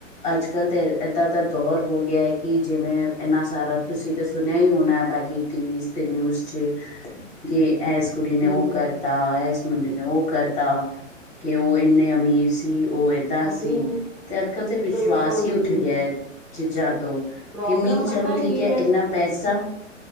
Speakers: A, on the left; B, in the centre.
A: ਅੱਜ ਕੱਲ ਤਾਂ ਇਏਦਾਂ ਦਾ ਦੌਰ ਹੋ ਗਿਆ ਹੈ। ਕਿ ਜਿਵੇਂ ਇੰਨਾ ਸਾਰਾ। ਤੁਸੀਂ ਤਾਂ ਸੁਣਿਆ ਹੀ ਹੋਣਾ ਬਾਕੀ ਟੀਵ ਤੇ ਨਿਊਜ਼ ਚ। ਕਿ ਐਸ ਇਸ ਕੁੜੀ ਨੇ
B: ਹੂੰ
A: ਉਹ
B: ਹੂੰ
A: ਕਰਤਾ। ਇਸ ਮੁੰਡੇ ਨੇ ਉਹ ਕਰਤਾ। ਕਿ ਉਹ ਇੰਨੇ ਅਮੀਰ ਸੀ। ਕੀ ਉਹ ਏਦਾਂ
B: ਉਹਦੀ
A: ਸੀ। ਤੇ ਅੱਜ ਕੱਲ੍ਹ ਤੇ ਵਿਸ਼ਵਾਸ਼
B: ਬਿਲਕੁਲ
A: ਹੀ
B: ਜੀ
A: ਉੱਠ ਗਿਆ ਚੀਜ਼ਾਂ ਤੋਂ।
B: ਪ੍ਰੋਬਲਮ
A: ਕਿ ਮੀਨ
B: ਪਤਾ
A: ਚਲੋ
B: ਕੀ
A: ਠੀਕ ਹੈ। ਇੰਨਾ ਪੈਸਾ